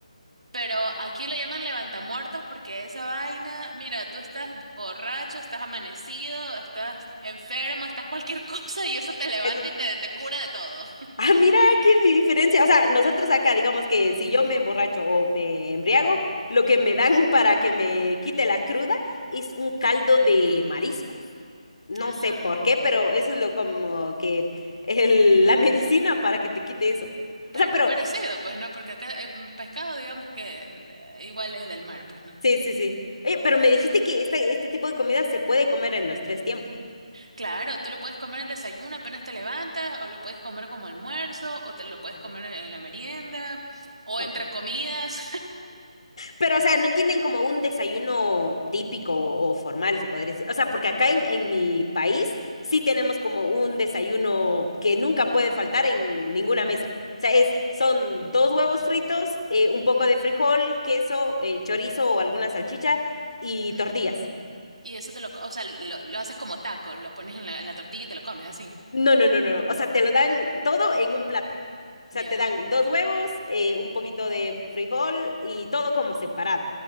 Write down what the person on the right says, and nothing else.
Pero aquí lo llaman levantamuertos porque esa vaina, mira, tú estás borracho, estás amanecido, estás enfermo, estás cualquier <laughs> cosa y eso te levanta
y te, te cura de todo.
Ujú.
Ah,
claro,
parecido, pues no, porque acá eh, pescado, digamos que eh, igual es del mar, pues no.
Claro, tú lo puedes comer al desayuno apenas te levantas, o lo puedes comer como almuerzo, o te lo puedes
comer en la merienda, o
entre comidas.
<laughs> Ajá,
ajá.
Mm.
Y eso te lo, co- o sea, lo, lo haces como taco, lo pones en la, en la tortilla y te lo comes así.
Ya.